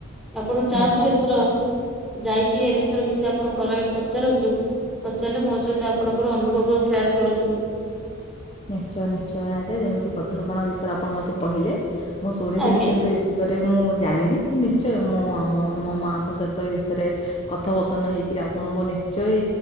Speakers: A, in the centre; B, on the left.
A: ଆପଣ ଯାଆନ୍ତୁ
B: ନିଶ୍ଚୟ।
A: ଏଥର ଯାଇକି ଏ ବିଷୟରେ କିଛି ଆପଣ ଘରେ ପଚାରନ୍ତୁ ପଚାରିଲେ ମୋ ସହିତ ଆପଣଙ୍କର ଅନୁଭବ ସେୟାର କରନ୍ତୁ।
B: ନିଶ୍ଚୟ ନିଶ୍ଚୟ ଆଜ୍ଞା ଯେମିତି କଧୁରପଣ ବିଷୟରେ ଆପଣ ମତେ କହିଲେ ମୁଁ ଶୁଣିଥିଲି
A: ଆଜ୍ଞା
B: କିନ୍ତୁ ଏ ବିଷୟରେ ବିଷୟରେ ମୁଁ ଜାଣିନି ନିଶ୍ଚୟ ମୁଁ ମୋ ମାଙ୍କ ସହିତ ଏ ବିଷୟରେ କଥାବର୍ତ୍ତନା ହେଇକରି ଆପଣଙ୍କ ନିଶ୍ଚୟ